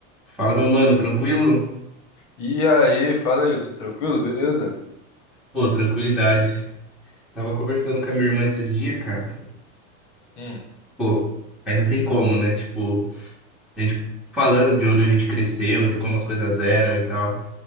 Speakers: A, in the centre; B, on the left.
A: Fala, meu mano, tranquilo?
B: E aí, fala aí, tudo tranquilo? Beleza?
A: Pô, tranquilidade. Tava conversando com a minha irmã esses dias, cara.
B: Hum,
A: Pô, aí não tem como, né? Tipo, a gente falando de onde a gente cresceu, de como as coisas eram e tal.